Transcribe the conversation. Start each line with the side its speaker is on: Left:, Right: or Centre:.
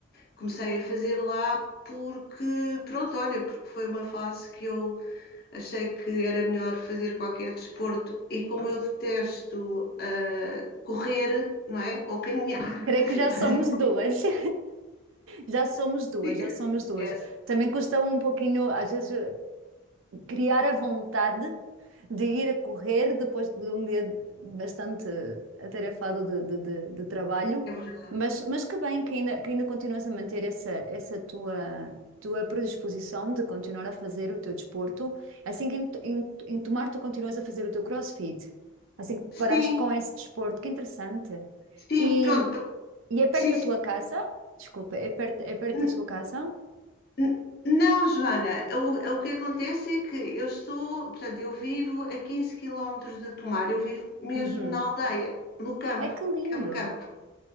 Left: comecei a fazer lá porque, pronto, olha, porque foi uma fase que eu achei que era melhor fazer qualquer desporto e como eu detesto ah, correr, não é, ou caminhar, <laughs>
Right: Creio que já
Left: Fazem
Right: somos duas. <laughs> Já somos duas,
Left: fria.
Right: já somos duas.
Left: Essa
Right: Também custa um pouquinho, às vezes, criar a vontade de ir a correr depois de um dia bastante atarefado de, de- de- de trabalho,
Left: é verdade.
Right: mas, mas que bem que ainda, que ainda continuas a manter essa, essa tua, tua predisposição de continuar a fazer o teu desporto, assim que em, em, em tomar tu continuas a fazer o teu CrossFit, assim que paraste
Left: Sim,
Right: com esse desporto, que interessante.
Left: sim,
Right: E,
Left: pronto. pa-
Right: e é perto
Left: Sim,
Right: da
Left: sim.
Right: tua casa? Desculpa, é perto, é perto
Left: N-
Right: da sua casa?
Left: n- Não, Joana, o, o que acontece é que eu estou, portanto, eu vivo a 15 quilómetros de Tomar, eu vivo mesmo
Right: Uhum.
Left: na aldeia, no campo,
Right: Ai, que lindo!
Left: campo, campo.